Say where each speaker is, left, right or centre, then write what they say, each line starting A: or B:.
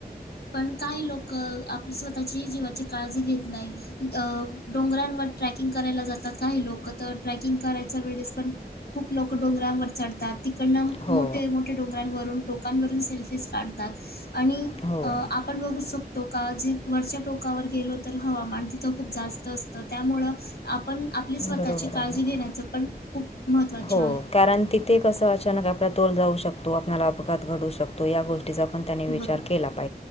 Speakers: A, on the left; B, on the left.
A: पण काही लोक आपली स्वतःची जीवाची काळजी घेत नाही. अ डोंगरांवर ट्रॅकिंग करायला जातात काही लोक तर ट्रेकिंग करायच्या वेळेस पण खूप लोक डोंगरांवर चढतात तिकडनं
B: हो
A: मोठे मोठे. मो्या डोंगरांवरून टोकांवरून सेल्फीज काढतात आणि
B: हो
A: आपण बघू. टोका जी वरच्या टोकावर गेलो तर हवामान तिथं खूप जास्त असतं त्यामुळं आपण आपली स्वतःची
B: बरोबर
A: काळजी
B: आहे
A: घेण्याचं पण खूप महत्त्वाचे
B: हो
A: आहे
B: कारण तिथे कसं अचानक आपला तोल जाऊ शकतो आपल्याला अपघात घडू शकतो या गोष्टी. तिचा पण त्यांनी विचार
A: बरोबर
B: केला.